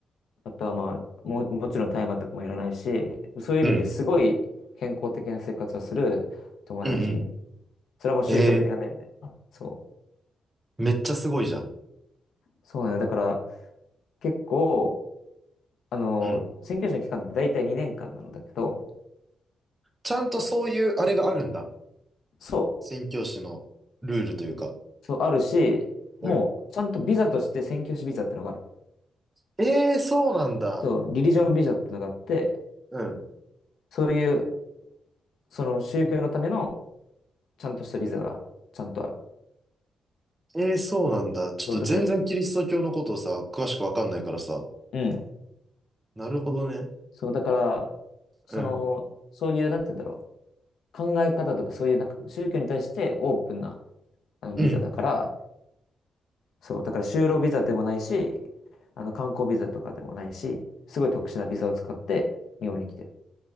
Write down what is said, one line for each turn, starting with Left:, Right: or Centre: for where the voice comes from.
Left: あとはまあ、もう、もちろん大麻とかもいらないし、そういう意味ですごい健康的な生活をする友達。
Right: うん。うん。うん
Left: それはもう宗教的な面で。
Right: え
Left: そう。
Right: ー、めっちゃすごいじゃん。
Left: そうなのよ。だから、結構、あの、
Right: うん。
Left: 宣教師の期間って大体2年間なんだけど、
Right: ちゃんとそういうあれがあるんだ。
Left: そう。
Right: 宣教師のルールというか。
Left: そう、あるし、
Right: うん。
Left: もう、ちゃんとビザとして宣教師ビザってのがある。
Right: えー、そうなんだ。
Left: そう、リリジョンビザってのがあって、
Right: うん。
Left: そういう、その宗教のための、ちゃんとしたビザが、ちゃんとある。
Right: えー、そうなんだ。ちょっと全然キリスト教のことをさ、
Left: そう、だから、
Right: 詳しくわかんないからさ。
Left: うん。
Right: なるほどね。
Left: そう、だから、その、
Right: うん。
Left: そういう、なんて言うんだろう。考え方とか、そういう、なんか、宗教に対してオープンな、あの、
Right: うん。
Left: ビザだから、そう、だから、就労ビザでもないし、あの、観光ビザとかでもないし、すごい特殊なビザを使って、日本に来てる。